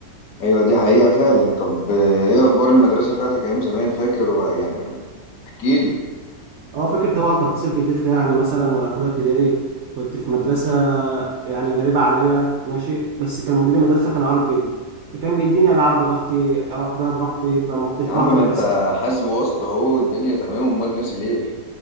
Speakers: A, on the left; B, on the right.
A: ايوه دي حقيقة فعلا طب آه، ايه اخبار المدرسة بتاعتك ايام زمان فاكر و... يعني احكي لي
B: اه فاكر طبعا تفاصيل كتير فيها يعني مثلا انا في اولى ابتدائي كنت في مدرسة يعني غريبة عليا ماشي بس كان مدير المدرسة كان عارف جدي فكان بيديني العاب براحتي اروح بيها براحتي فما كنتش
A: يا
B: بحضر
A: عم ما انت
B: حصص
A: حاسب واسطة اهو الدنيا تمام امال ناسي ليه